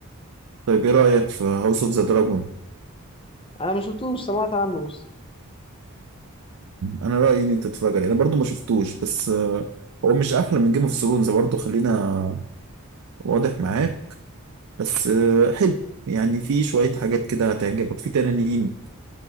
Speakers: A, on the right; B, on the left.
A: طيب ايه رأيك في هاوس اوف ذا دراجون
B: أنا ما شفتوش سمعت عنه بس
A: انا رأيي ان انت تتفرج عليه انا برضو ما شفتوش بس آه، هو مش احلى من جيم اوف ثرونز برضو خلينا واضح معاك بس آه، حلو يعني في شوية حاجات كده هتعجبك في تنانين